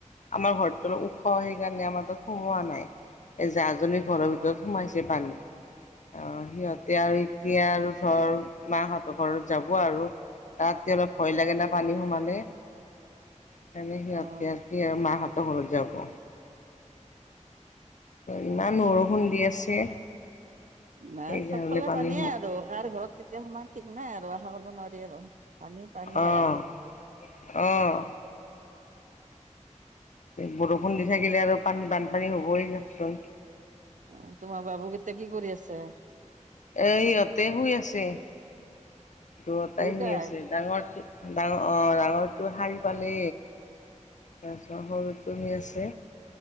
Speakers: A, on the left; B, on the right.
A: আমাৰ ঘৰতটো ওখ সেইকাৰণে আমাৰ তাত সোমোৱা নাই, এ জাজনী ঘৰৰ
B: অ
A: ভিতৰত সোমাইছে পানী, আ সিহঁতে আৰু এতিয়া আৰু ধৰ মাহঁতৰ ঘৰত যাব আৰু। তাকে অলপ ভয় লাগে না পানী সোমালে, সেইকাৰণে
B: অ
A: সিহঁতে মাহঁত ঘৰত যাব।
B: অ
A: ইমান বৰষুণ দি আছে।
B: মা
A: সেইকাৰণে
B: চবফালে
A: পানী
B: পানীয়ে
A: সোমাই
B: আৰু কাৰ ঘৰত কেতিয়া সোমাই ঠিক নাই আৰু, আশা কৰিব নোৱাৰি আৰু পানী পানীয়ে
A: অঁ অঁ। বৰষুণ দি থাকিলে আৰু পানী বানপানী হবই দিয়কচোন।
B: অঁ তোমাৰ বাবু এতিয়া কি কৰি আছে?
A: এ সিহঁতে শুই আছে। দুটাই
B: দুয়োটাই
A: শুই আছে, ডাঙৰটো ডাঙৰ অঁ
B: অ
A: ডাঙৰটো শাৰী পালে। তাৰপিছত সৰুটো শুই আছে,